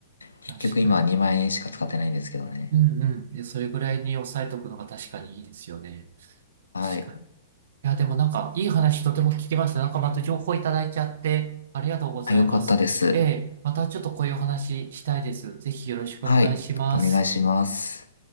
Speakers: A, on the left; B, on the right.
A: 結局今2万円しか使ってないんですけどね。
B: 確かに。うんうん。で、それぐらいに抑えとくのが確かにいいですよね。
A: はい。
B: 確かに。いや、でもなんか、いい話とても聞きました。なんかまた情報いただいちゃって、ありがとうございます。
A: あ、よかったです。
B: ええ、またちょっとこういうお話したいです。ぜひよろしくお願いします。
A: はい。お願いします。